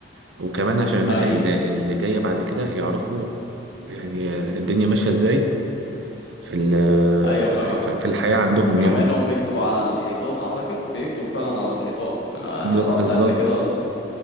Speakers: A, on the right; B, on the left.
A: وكمان عشان الناس
B: أيوة
A: اللي, اللي جايه بعد كده يعرفوا يعني الدنيا ماشيه ازاي في ال-
B: أيوة فاهمك
A: في في الحياه عندهم
B: كانوا
A: يعني
B: بأنهم بيكتبوا على الحيطان أعتقد بيكتبوا فعلا على الحيطان أنا
A: ب-
B: رحت
A: بالظبط
B: قبل كده ال...